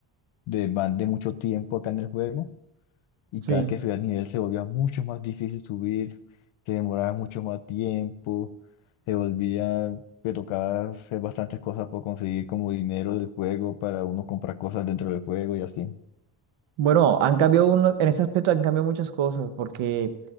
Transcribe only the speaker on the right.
Sí.
Bueno, han cambiado uno, en ese aspecto han cambiado muchas cosas, porque